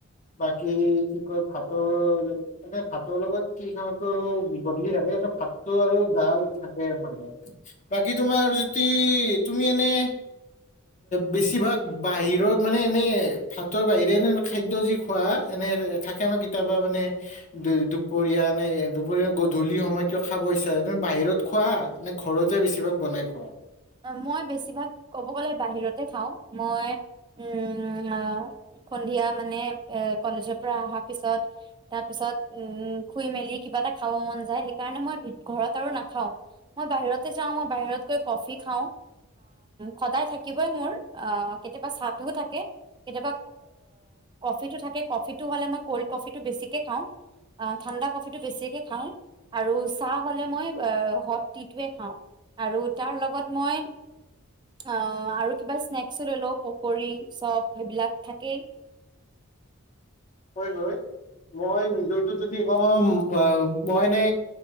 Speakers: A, on the left (about 35°); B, on the right (about 20°).
A: বাকী কি কয় ভাতৰ এনে ভাত ভাতৰ লগত কি খাও আৰু বদলি থাকে এ ভাতটো আৰু ডাল থাকে মানে বাকি তোমাৰ যদি তুমি এনে বেছিভাগ বাহিৰত মানে এনে ভাতৰ বাহিৰে এনে মানে খাদ্য যি খোৱা এনে থাকে ন কেতিয়াবা মানে দুপৰিয়া নে দুপৰীয়া গধূলি সময়ত কিয় খাব ইচ্ছা তুমি বাহিৰত খোৱা নে ঘৰতে বেছিভাগ বনাই খোৱা
B: মই বেছিভাগ ক'ব গলে বাহিৰতে খাওঁ মই উম সন্ধিয়া মানে কলেজৰ পৰা অহা পিছত তাৰ পিছত উ শুই মেলি কিবা এটা খাব মন যায় সেইকাৰণে মই ঘৰত আৰু নাখাও মই বাহিৰতে যাওঁ মই বাহিৰত গৈ কফি খাওঁ সদায় থাকিবই মোৰ আহ কেতিয়াবা চাহটোও থাকে কেতিয়াবা কফিটো থাকে কফিটো হলে মই কল্ড কফিটো বেছিকে খাওঁ ঠাণ্ডা কফিটো বেছিকে খাওঁ আৰু চাহ হ'লে মই হট টিটয়ে খাওঁ আৰু তাৰ লগত মই অ আৰু কিবা স্নেক্স লৈ লওঁ পকৰী চপ সেইবিলাক থাকেই।
A: হয় হয় মই নিজৰটো যদি কওঁ মই এনে